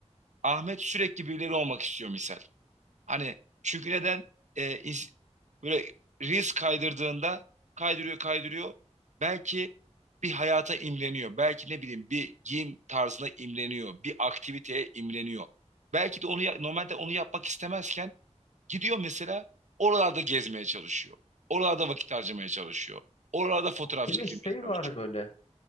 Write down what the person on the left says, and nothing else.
Değil
mi? Şey
var böyle.